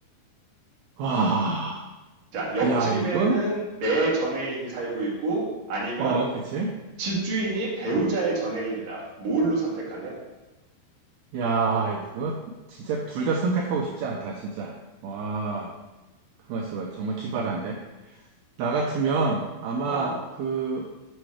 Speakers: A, on the right; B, on the right.
A: 와,
B: 자, 옆집에는
A: 야, 이건,
B: 내 전 애인이 살고 있고, 아니면
A: 어, 그치?
B: 집주인이 배우자의
A: 음.
B: 전 애인이다. 뭘로 선택할래?
A: 야, 이거 진짜 둘 다 선택하고 싶지 않다, 진짜. 와, 가만 있어봐. 정말 기발한데? 나 같으면 아마
B: 어?
A: 그